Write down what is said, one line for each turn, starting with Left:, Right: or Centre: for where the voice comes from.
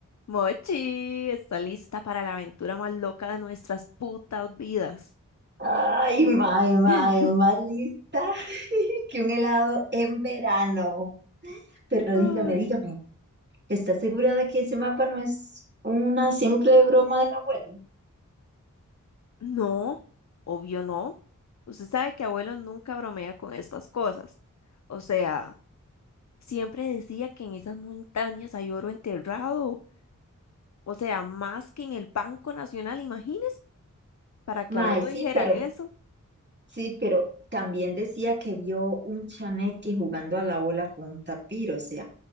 Left: Mochi, está lista para la aventura más loca de nuestras putas vidas.
Right: Ay, mae, mae,
Left: <laughs>
Right: más lista <laughs> que un helado en verano. Pero
Left: Ay,
Right: dígame, dígame, ¿estás segura de que ese mapa no es una simple broma del abuelo?
Left: no, obvio no. Usted sabe que abuelo nunca bromea con estas cosas. O sea, siempre decía que en esas montañas hay oro enterrado. O sea, más que en el Banco Nacional, imagínese, para que
Right: Mae,
Left: abuelo
Right: sí,
Left: dijera
Right: pero,
Left: eso.
Right: sí, pero también decía que vio un chaneque jugando a la bola con un tapir, o sea,